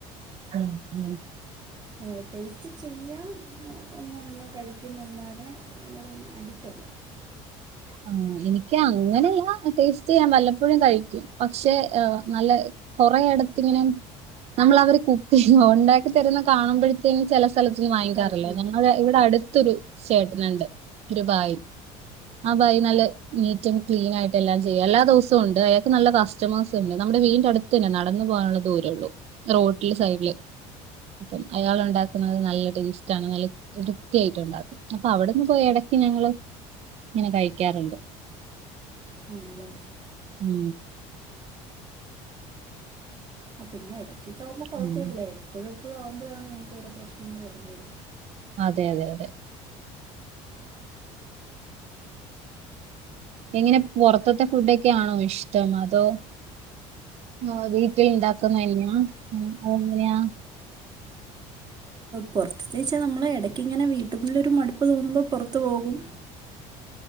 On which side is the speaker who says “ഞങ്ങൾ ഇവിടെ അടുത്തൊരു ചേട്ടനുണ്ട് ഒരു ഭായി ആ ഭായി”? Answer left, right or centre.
Right